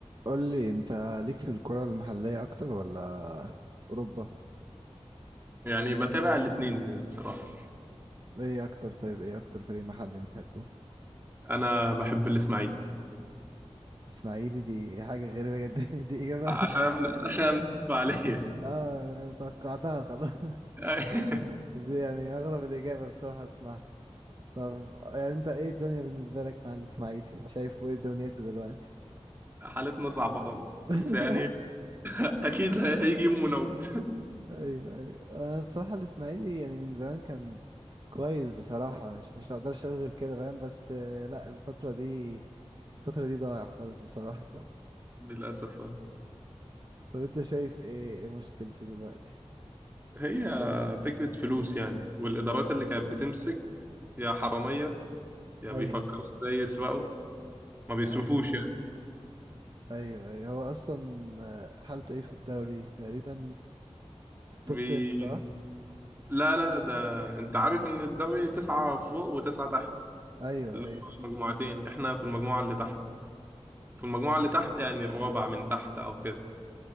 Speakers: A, on the right (about 40°); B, on the right (about 20°).
A: قول لي انت ليك في الكرة المحلية اكتر ولا اوروبا
B: يعني بتابع الاثنين الصراحة
A: ايه اكتر طيب ايه اكتر فريق محلي بتحبه
B: أنا بحب الإسماعيلي
A: اسماعيلي دي حاجة غريبة جدا <laughs> دي اجابة
B: عشان عشان بتسمع عليا
A: <laughs> اه انا توقعتها خلاص <laughs>
B: <laughs>
A: بس يعني اغرب الاجابة بصراحة اسمعها طب يعني انت ايه الدنيا بالنسبة لك مع الاسماعيلي شايف ايه دنيته دلوقتي
B: حالتنا صعبة خالص
A: <laughs>
B: بس يعني أكيد هيجي يوم ونود
A: ايوه ايوه انا بصراحة الاسماعيلي يعني من زمان كان كويس بصراحة مش مش هقدرش اقول غير كده فاهم بس آه، لا الفترة دي الفترة دي ضايع خالص بصراحة
B: <laughs> للأسف آه.
A: طب انت شايف ايه ايه مشكلته دلوقتي
B: هي فكرة فلوس يعني والإدارات اللي كانت بتمسك يا حرامية يا
A: ايوه
B: بيفكروا إزاي يسرقوا ما بيصرفوش
A: ايوه
B: يعني
A: ايوه ايوه هو اصلا آه، حالته ايه في الدوري تقريبا في التوب
B: بي...
A: 10 صح
B: لا لا ده أنت عارف إن الدوري تسعة فوق وتسعة تحت
A: ايوه
B: اللي
A: ايوه
B: هو المجموعتين إحنا في المجموعة اللي تحت في المجموعة اللي تحت يعني الرابع من تحت أو كده